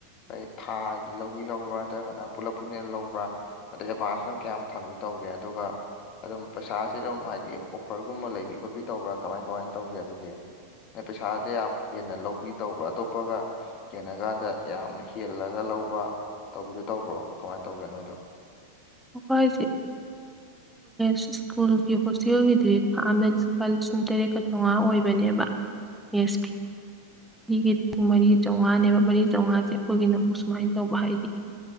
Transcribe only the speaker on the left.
ꯑꯩꯩ ꯊꯥꯒꯤ ꯂꯧꯕꯤ ꯂꯧꯕ꯭ꯔꯥ ꯅꯠꯇ꯭ꯔꯒꯅ ꯄꯨꯂꯞ ꯄꯨꯅꯦꯦꯜ ꯂꯧꯕ꯭ꯔꯥ ꯑꯗꯩ ꯑꯦꯗꯚꯥꯟꯁꯅ ꯀꯌꯥꯝ ꯊꯝꯃꯤ ꯇꯧꯒꯦ ꯑꯗꯨꯒ ꯑꯗꯨꯝ ꯄꯩꯁꯥꯁꯤ ꯑꯗꯨꯝ ꯍꯥꯏꯗꯤ ꯑꯣꯐꯔꯒꯨꯝꯕ ꯂꯩꯕꯤ ꯈꯣꯠꯄꯤ ꯇꯧꯕ꯭ꯔꯥ ꯀꯃꯥꯏ ꯀꯃꯥꯏꯅ ꯇꯧꯒꯦ ꯑꯗꯨꯗꯤ ꯅ ꯄꯩꯁꯥꯗꯤ ꯌꯥꯝ ꯍꯦꯟꯅ ꯂꯧꯕꯤ ꯇꯧꯕ꯭ꯔꯥ ꯑꯇꯣꯞꯄꯒ ꯀꯦꯟꯅ ꯀꯥꯟꯗ ꯌꯥꯝꯅ ꯍꯦꯜꯂꯒ ꯂꯧꯕ ꯇꯧꯕꯤꯗꯣ ꯇꯧꯕ꯭ꯔꯣꯅꯣ ꯀꯃꯥꯏꯅ ꯇꯧꯒꯦ ꯅꯣꯏꯗꯣ